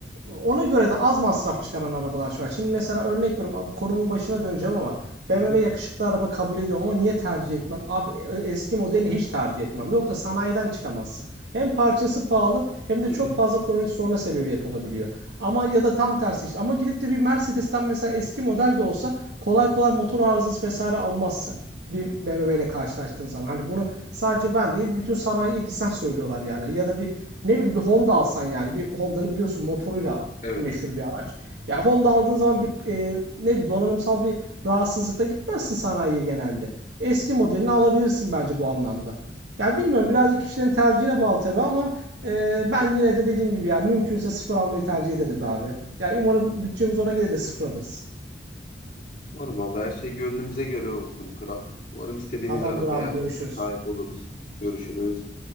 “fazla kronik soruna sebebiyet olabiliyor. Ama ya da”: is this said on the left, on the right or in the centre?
Right